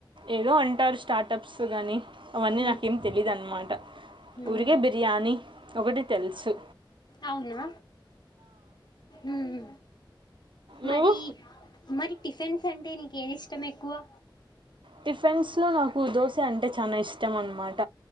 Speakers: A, on the right; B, on the left.
A: ఏదో అంటారు స్టార్టప్స్ గానీ, అవన్నీ
B: ఉమ్
A: నాకేం తెలీదన్నమాట. ఊరికే
B: ఉమ్
A: బిర్యానీ ఒకటి తెలుసు.
B: అవునా ఉ ఊ
A: నువ్వు
B: మరీ. మరి టిఫెన్స్ అంటే నీకేది ఇష్ట్ టం ఎక్కువా
A: టిఫెన్స్ లలో నాకు దోశ అంటే చానా ఇష్టం అన్నమాట.